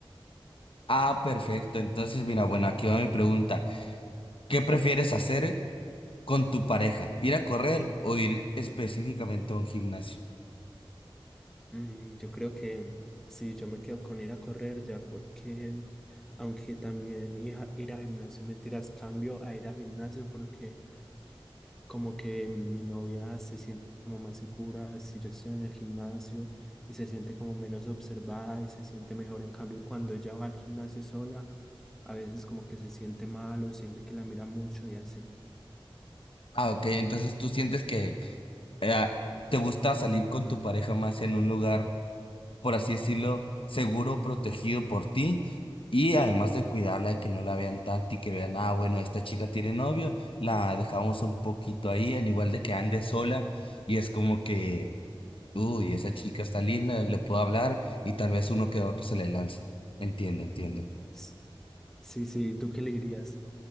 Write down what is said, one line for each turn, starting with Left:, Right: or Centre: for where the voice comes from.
Left: Ah, perfecto. Entonces, mira, bueno, aquí va mi pregunta. ¿Qué prefieres hacer con tu pareja? ¿Ir a correr o ir específicamente a un gimnasio?
Centre: Mm, yo creo que sí, yo me quedo con ir a correr ya porque, aunque también ir a, ir a gimnasio, mentiras, cambio a ir a gimnasio porque como que mi novia se siente como más segura si yo estoy en el gimnasio y se siente como menos observada y se siente mejor. En cambio, cuando ella va al gimnasio sola, a veces como que se siente mal o siente que la mira mucho y así.
Left: Ah, ok. Entonces, ¿tú sientes que eh, ¿te gusta salir con tu pareja más en un lugar, por así decirlo, seguro, protegido por ti? Y además de cuidarla, de que no la vean tanto y que vean, ah, bueno, esta chica tiene novio, la dejamos un poquito ahí, en igual de que ande sola. Y es como que, uy, esa chica está linda, le puedo hablar y tal vez uno que otro se le lance. Entiendo, entiendo.
Centre: S- Sí, sí, ¿y tú qué le dirías?